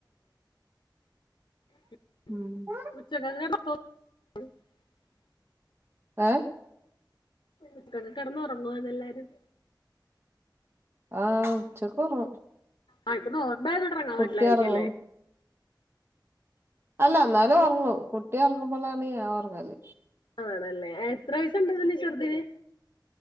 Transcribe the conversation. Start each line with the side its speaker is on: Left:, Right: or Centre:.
Left: <unintelligible>
Right: ഉം ഏ?
Left: ഉച്ചക്ക്കെടന്ന് ഒറങ്ങുവന്നോ എല്ലാരും
Right: ആ ഉച്ചക്ക് ഒറങ്ങും
Left: ആ ഇപ്പൊ റോട്ടിലോട്ടെറങ്ങാൻ
Right: കുട്ടി
Left: പറ്റില്ലായിരിക്ക്വല്ലേ
Right: ഒറങ്ങും അല്ല എന്നാലും ഒറങ്ങും കുട്ടി ഒറങ്ങുമ്പോഴാണ് ഞൻ ഒറങ്ങ്ന്നേ
Left: ആണല്ലേ എത്ര വയസുണ്ട് ചെറുതിന്